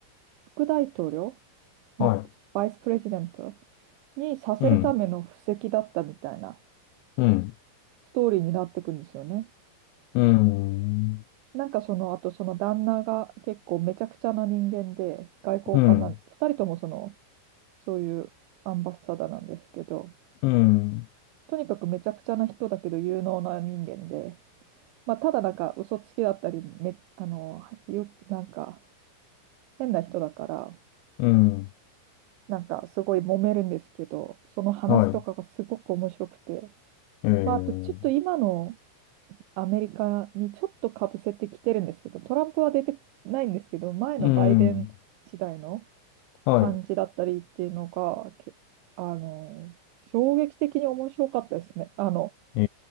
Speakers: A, on the right; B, on the left.
A: 副大統領、な、
B: は
A: バイスプレジデントにさせるための布石だったみたいな
B: い。うん。うん。
A: ストーリーになっていくんですよね。
B: うん。
A: なんかその、あとその旦那が結構めちゃくちゃな人間で、外交官な、
B: うん。
A: 二人ともその、そういうアンバサダーなんですけど、
B: うん。
A: とにかくめちゃくちゃな人だけど有能な人間で、まあ、ただなんか嘘つきだったりめ、あの、よ、なんか変な人だから、
B: うん。
A: なんかすごい揉めるんですけど、その話とかがすごく面白くて、
B: はい。えー
A: まあ、あとちょっと今のアメリカにちょっとかぶせてきてるんですけど、トランプは出てないんですけど、前のバイデン時代の
B: うん。は
A: 感じだったりっていうのが、けあの、衝撃的に面白かったですね。あの、
B: い。